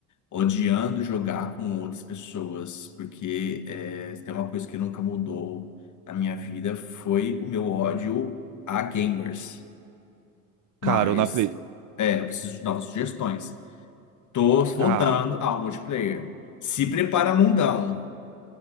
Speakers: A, on the left; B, on the right.
A: odiando jogar com outras pessoas, porque é, se tem uma coisa que nunca mudou na minha vida foi o meu ódio a gamers. Mas
B: Cara, eu não acredito.
A: eu- é, eu preciso de novas sugestões. Tô voltando
B: Cara,
A: ao multiplayer. Se prepara, mundão.